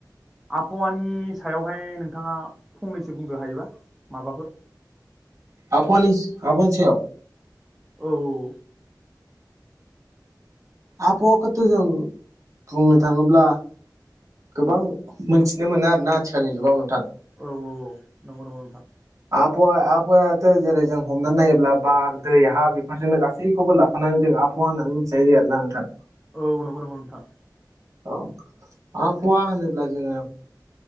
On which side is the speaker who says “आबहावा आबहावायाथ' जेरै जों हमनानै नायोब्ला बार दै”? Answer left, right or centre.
Right